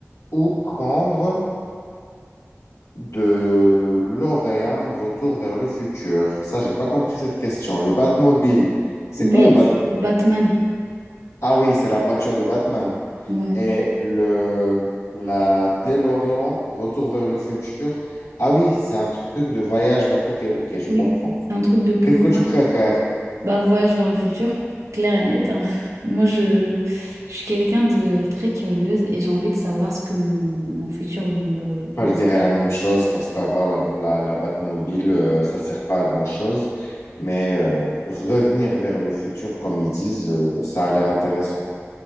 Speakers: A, on the left; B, on the right.
A: ou prendre de l'Oréane Retour vers le futur? Ça, j'ai pas compris cette question. Le Batmobile, c'est
B: Oui,
A: quoi le
B: c'est pour Batman.
A: Ah oui, c'est la voiture de Batman.
B: Ouais,
A: Et le, la DeLorean, Retour vers le futur. Ah oui, c'est un truc de voyage vers... Ok, ok, je
B: oui,
A: comprends.
B: c'est un truc de pouvoir.
A: Qu'est-ce que tu préfères?
B: Bah, voyage vers le futur, clair et net, hein. <laughs> Moi, je, je suis quelqu'un de très curieuse et j'ai envie de savoir ce que mon, mon futur me...
A: Enfin,
B: me-
A: je dirais la même chose parce qu'avoir la, la, la Batmobile, euh, ça sert pas à grand-chose. Mais euh, revenir vers le futur, comme ils disent, euh, ça a l'air intéressant.